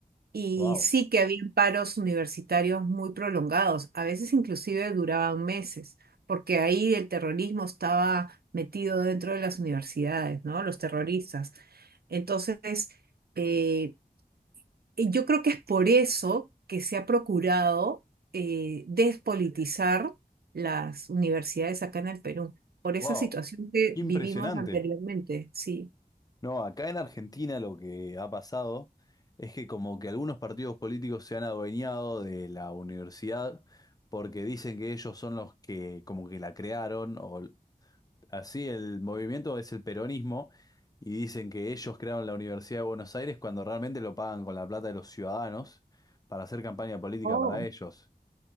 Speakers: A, on the right; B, on the left.
A: Y
B: Wow.
A: sí que había paros universitarios muy prolongados, a veces inclusive duraban meses, porque ahí el terrorismo estaba metido dentro de las universidades, ¿no? Los terroristas. Entonces, eh, y yo creo que es por eso que se ha procurado eh, despolitizar las universidades acá en el Perú, por esa
B: Wow.
A: situación que
B: Impresionante.
A: vivimos anteriormente, sí.
B: No, acá en Argentina lo que ha pasado es que como que algunos partidos políticos se han adueñado de la universidad porque dicen que ellos son los que como que la crearon o l- así el movimiento es el peronismo y dicen que ellos crearon la Universidad de Buenos Aires cuando realmente lo pagan con la plata de los ciudadanos para hacer campaña política
A: Oh,
B: para ellos.